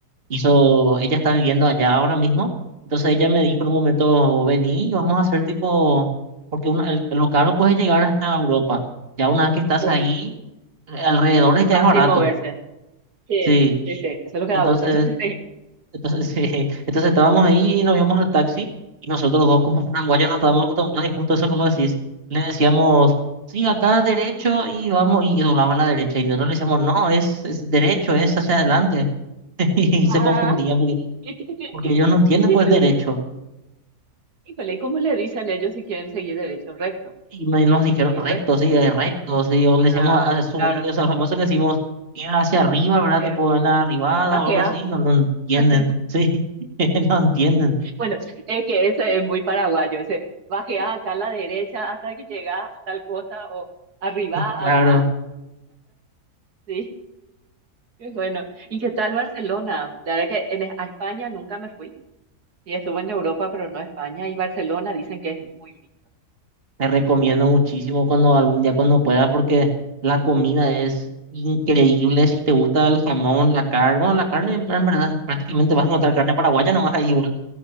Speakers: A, on the right; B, on the right.
A: hizo, ella está viviendo allá ahora mismo, entonces ella me dijo en un momento, vení, vamos a hacer tipo, porque uno- el- lo caro puede llegar hasta Europa, ya una vez que estás
B: sí,
A: ahí, alrededor
B: es
A: ya
B: fácil
A: es barato,
B: moverse. Sí,
A: sí,
B: sí, sí, eso es lo que
A: entonces
B: da gusto. <laughs> Sí.
A: entonces, <laughs> sí, entonces estábamos ahí y nos íbamos al taxi y nosotros dos como <laughs> paraguayos nos estábamos acostumbrados y justo eso como decís, le decíamos, sí, acá derecho y vamos y doblaba a la derecha y nosotros le decíamos, no, es, es derecho, es hacia adelante <laughs> y se
B: Ah,
A: confundían porque,
B: <laughs>
A: porque ellos no entienden
B: híjole,
A: pues derecho
B: híjole, ¿y cómo le dicen ellos si quieren seguir derecho? Recto,
A: y me- nos dijeron
B: seguir
A: recto,
B: recto.
A: sí, eh, recto, sí, o le decíamos
B: Ah,
A: a subir,
B: claro,
A: o sea, famoso que decimos ir hacia arriba, ¿verdad?
B: eh,
A: Tipo en la arribada
B: bajea.
A: o algo así, no, no entienden,
B: <laughs>
A: <laughs> sí, <laughs> no entienden,
B: Bueno, es que ese es muy paraguayo, ese bajea acá a la derecha hasta que llega a tal cosa o arriba
A: claro.
B: acá, sí. <laughs> Qué bueno. ¿Y qué tal Barcelona? La verdad que en, a España nunca me fui. Sí, estuve en Europa, pero no a España. Y Barcelona dicen que es muy lindo.
A: Te recomiendo muchísimo cuando algún día cuando puedas porque la comida es increíble. Si te gusta el jamón, la carne, bueno, la carne en en verdad prácticamente vas a encontrar carne paraguaya nomás ahí igual.